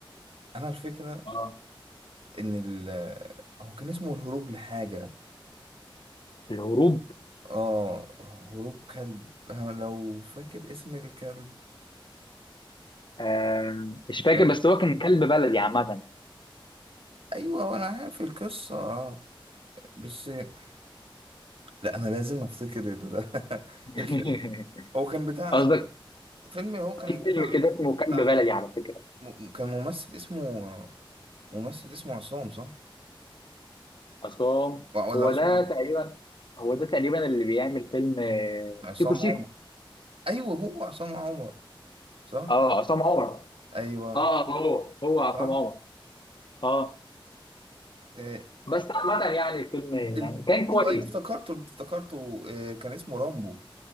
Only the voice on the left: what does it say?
اه
الهروب
آه مش فاكر
بس هو كان كلب بلدي عامه
<laughs>
قصدك
في
فيلم كده اسمه كلب
بلدي
على فكره
عصام
هو
ده تقريبا هو ده تقريبا اللي بيعمل فيلم آه،
سيكو سيكو
اه عصام عمر
اه هو هو عصام
عمر اه
بس عامة يعني الفيلم يعني
كان كويس